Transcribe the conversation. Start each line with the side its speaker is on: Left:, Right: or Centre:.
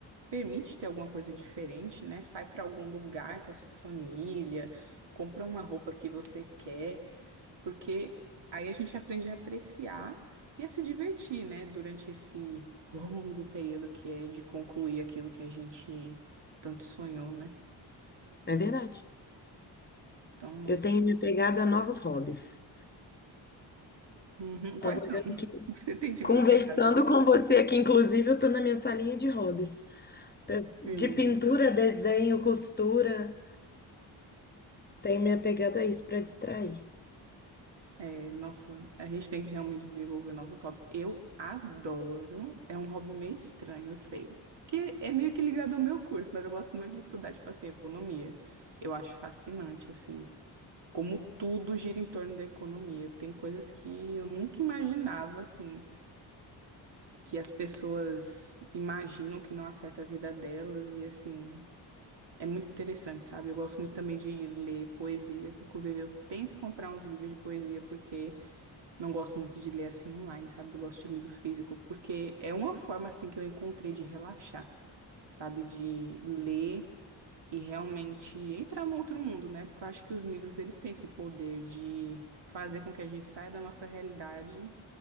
Right: permite ter alguma coisa diferente, né? Sai para algum lugar com a sua família, compra uma roupa que você quer, porque aí a gente aprende a apreciar e a se divertir, né? Durante esse longo período que é de concluir aquilo que a gente tanto sonhou, né?
Left: É verdade.
Right: Então, nossa.
Left: Eu tenho me pegado a novos hobbies.
Right: Uhum. Quais
Left: Tava olhando
Right: são? <laughs>
Left: aqui.
Right: Você tem, tipo,
Left: Conversando
Right: tentado.
Left: com você aqui, inclusive eu estou na minha salinha de hobbies. Tá- De
Right: Sim.
Left: pintura, desenho, costura, tenho minha pegada a isso para distrair.
Right: É, nossa, a gente tem que realmente desenvolver novos hobbies. Eu adoro. É um hobby meio estranho, eu sei. Que é meio que ligado ao meu curso, mas eu gosto muito de estudar, tipo assim, economia. Eu acho fascinante, assim, como tudo gira em torno da economia. Tem coisas que eu nunca imaginava, assim, que as pessoas imaginam que não afeta a vida delas, e assim, é muito interessante, sabe? Eu gosto muito também de ler poesias. Inclusive, eu tenho que comprar uns livros de poesia, porque. Não gosto muito de ler assim online, sabe? Eu gosto de livro físico, porque é uma forma assim que eu encontrei de relaxar, sabe? De ler e realmente entrar num outro mundo, né? Porque eu acho que os livros eles têm esse poder de fazer com que a gente saia da nossa realidade